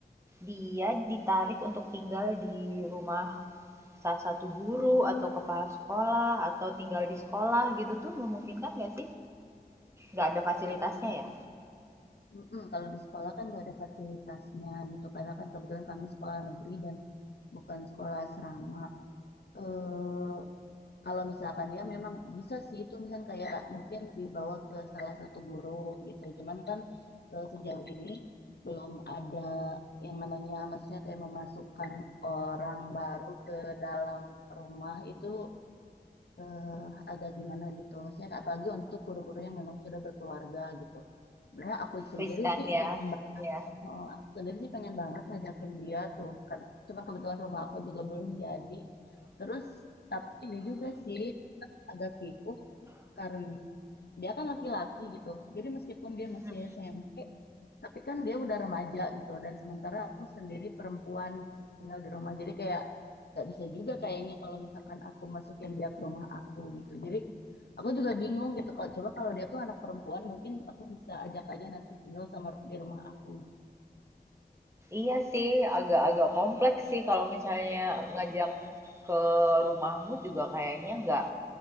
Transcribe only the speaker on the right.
dia ditarik untuk tinggal di rumah salah satu guru atau kepala sekolah atau tinggal di sekolah gitu tuh memungkinkan nggak sih? Nggak ada fasilitasnya
ya?
Riskan
ya,
ya.
Mm-hmm.
Iya sih, agak-agak kompleks sih kalau misalnya ngajak ke rumahmu juga kayaknya nggak